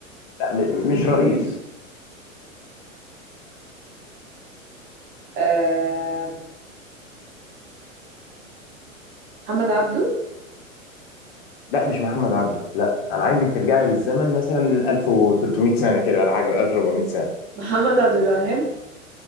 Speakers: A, on the left (about 45°); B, on the right (about 30°).
A: لا م- مش رئيس
B: آه محمد عبده
A: لا مش محمد عبده لا انا عايزك ترجعي بالزمن مثلا 1300 سنه كده ولا حاجه ولا 1400 سنه
B: <laughs> محمد عبد الوهاب